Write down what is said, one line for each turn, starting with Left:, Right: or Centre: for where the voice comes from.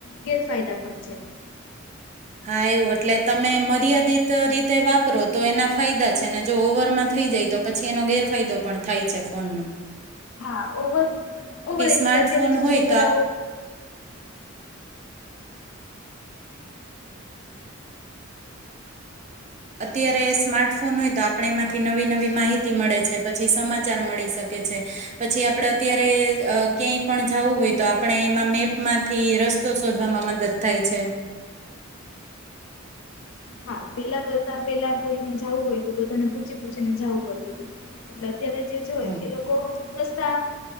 Left: ગેરફાયદા પણ છે
Right: હા એવું એટલે તમે મર્યાદિત રીતે તે વાપરો તો એના ફાયદા છે ને જો ઓવરમાં થઈ જાય તો પછી એનો ગેરફાયદો પણ થાય છે ફોન નો
Left: હા ઓવર ઓ બધા એટલે
Right: સ્માર્ટફોન
Left: અત્યારે જે
Right: હોય
Left: છોકરાઓ
Right: તો અત્યારે સ્માર્ટફોન હોય તો આપણે એમાંથી નવી નવી માહિતી મળે છે પછી સમાચાર મળી શકે છે પછી આપણે અત્યારે ક્યાંય પણ જવું હોય તો આપણે એમાં મેપમાં થી રસ્તો શોધવામાં મદદ થાય છે
Left: હા પેલા કરતા પેલા કોઈને જવું હોય તો બધાને પૂછી પૂછીને જવું પડતું હતું એટ અત્યારે જે જોય
Right: હમ.
Left: એ લોકો રસ્તા